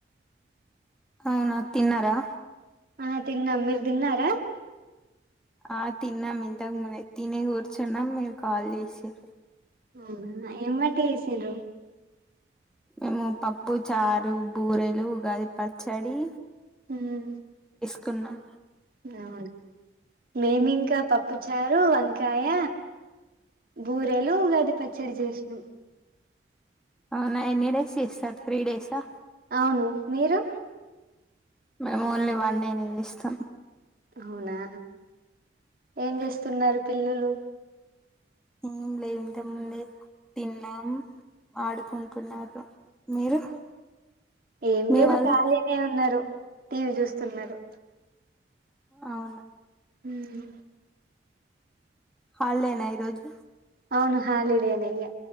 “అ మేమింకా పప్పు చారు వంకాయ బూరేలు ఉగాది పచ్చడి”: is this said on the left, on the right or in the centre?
Right